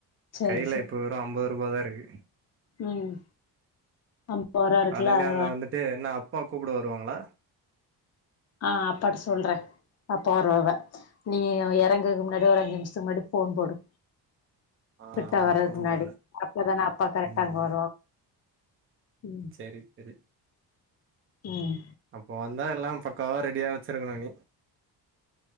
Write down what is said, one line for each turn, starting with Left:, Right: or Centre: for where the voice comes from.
Left: சரி
Right: கையில
Left: சரி
Right: இப்ப வெறும் அம்பது ரூபா தா இருக்கு
Left: ம் அம்ப ரா இருக்குல
Right: காலையிலயே
Left: அத
Right: அங்க வந்துட்டு என்ன அப்பா கூப்ட வருவாங்கள
Left: ஆ அப்பாட்ட சொல்றே அப்ப வருவாவ நீ இறங்கக்கு முன்னாடி ஒரு அஞ்சு நிமிஷத்துக்கு முன்னாடி போன் போடு
Right: ஆ
Left: கிட்டா வரறது
Right: ஃபோன்
Left: முன்னாடி
Right: போடுறே
Left: அப்பதானே அப்பா கரெக்டா
Right: ம்
Left: அங்க வருவா ம்
Right: சரி சரி
Left: ம்
Right: அப்போ வந்தா எல்லா பக்காவா ரெடியா வச்சிருக்கணும் நீ